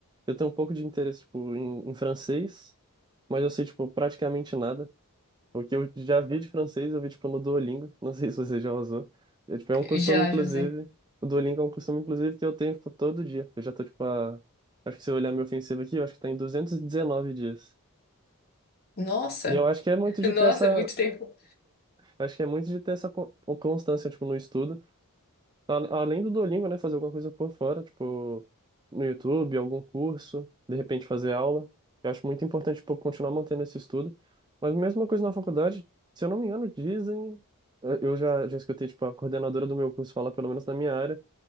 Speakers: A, on the right; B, on the left.
A: Eu tenho um pouco de interesse, tipo, em, em francês, mas eu sei, tipo, praticamente nada. O que eu já vi de francês, eu vi, tipo, no Duolingo. Não sei <laughs> se você já usou. É, tipo, é um costume,
B: Já,
A: inclusive.
B: José.
A: O Duolingo é um costume, inclusive, que eu tenho, tipo, todo dia. Eu já tô, tipo, a... Acho que se eu olhar meu ofensivo aqui, eu acho que tá em 219 dias.
B: Nossa,
A: E eu acho que é muito
B: <laughs>
A: de
B: nossa,
A: ter essa.
B: muito tempo.
A: Eu Acho que é muito de ter essa co- o- constância, tipo, no estudo. A- Além do Duolingo, né? Fazer alguma coisa por fora, tipo, no YouTube, algum curso, de repente fazer aula. Eu acho muito importante, tipo, continuar mantendo esse estudo. Mas a mesma coisa na faculdade, se eu não me engano, dizem. Eu eu já, já escutei, tipo, a coordenadora do meu curso falar, pelo menos na minha área,